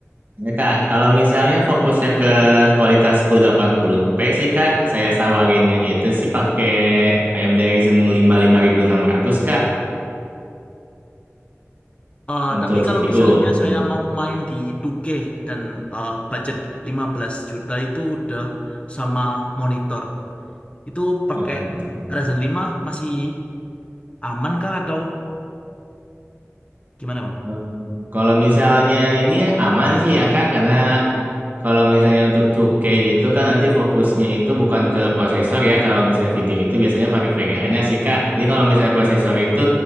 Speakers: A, on the right (about 40°); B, on the left (about 25°).
A: Ya Kak, kalau misalnya fokusnya ke kualitas seribu delapan puluh p sih Kak, saya sawarinnya itu sih pakai AMD Ryzen lima lima ribu enam ratus Kak
B: Eh,
A: untuk
B: tapi
A: CPU.
B: kalau misalnya
A: Hmm.
B: saya mau main di 2K dan eh, budget 15 juta itu udah sama monitor, itu pakai
A: Oke, betul.
B: Ryzen 5 masih aman kah atau gimana bang?
A: Eh, Kalau misalnya ini ya aman sih ya Kak, karena kalau misalnya untuk 2K itu kan nanti fokusnya itu bukan ke prosesor ya, kalau misalnya video itu biasanya pakai VGA-nya sih Kak. Jadi kalau misalnya prosesor itu